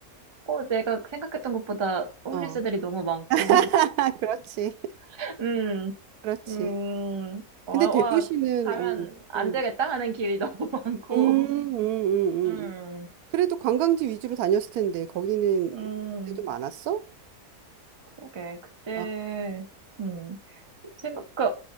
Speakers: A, on the right; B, on the right.
A: 어, 내가 생각했던 것보다 홈리스들이
B: 어.
A: 너무
B: <laughs>
A: 많고.
B: 그렇지.
A: <laughs> 음,
B: 그렇지.
A: 음, 어,
B: 근데
A: 와,
B: 대도시는
A: 가면
B: 어.
A: 안
B: 음.
A: 되겠다 하는 길이 <laughs> 너무 많고.
B: 음, 음, 음,
A: 음,
B: 음. 그래도 관광지 위주로 다녔을 텐데 거기는
A: 음,
B: 그때도 많았어?
A: 그러게. 그때,
B: 아,
A: 음. 생각, 그,